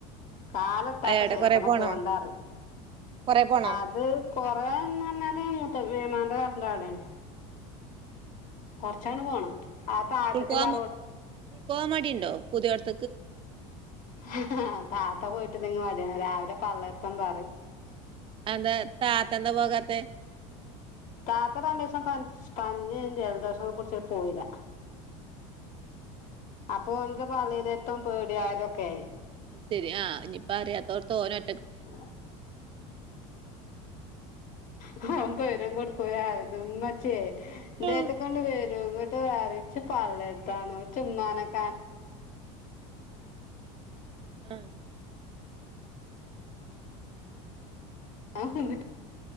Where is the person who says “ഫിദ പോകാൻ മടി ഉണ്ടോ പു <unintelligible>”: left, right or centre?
Right